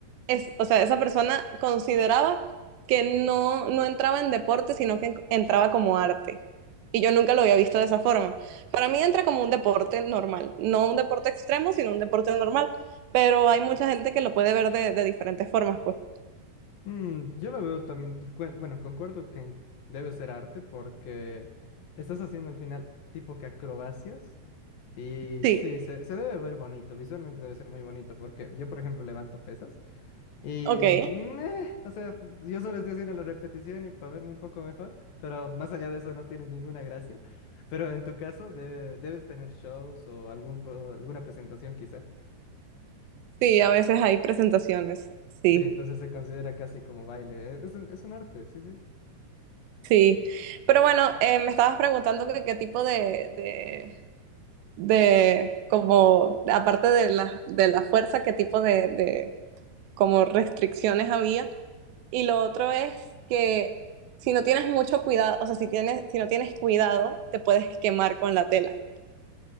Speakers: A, on the right (about 80°); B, on the left (about 60°).
A: es, o sea, esa persona consideraba que no, no entraba en deporte, sino que entraba como arte. Y yo nunca lo había visto de esa forma. Para mí entra como un deporte normal, no un deporte extremo, sino un deporte normal. Pero hay mucha gente que lo puede ver de, de diferentes formas, pues.
B: Mm, yo lo veo también, cuen- bueno, concuerdo que debe ser arte porque estás haciendo al final tipo que acrobacias. Y
A: Sí,
B: sí, se, se debe ver bonito, visualmente debe ser muy bonito, porque yo, por ejemplo, levanto pesas y,
A: ok.
B: meh, o sea, yo solo estoy haciendo la repetición y para verme un poco mejor, pero más allá de eso no tiene ninguna gracia. Pero en tu caso, debe- debes tener shows o algún, pro- alguna presentación quizá.
A: Sí, a veces hay presentaciones. Sí,
B: Sí, entonces se considera casi como baile. Es, es un es un arte, sí, sí.
A: sí. Pero bueno, eh, me estabas preguntando que qué tipo de, de como, aparte de la, de la fuerza, qué tipo de, de como restricciones había. Y lo otro es que si no tienes mucho cuidado, o sea, si tienes, si no tienes cuidado, te puedes quemar con la tela.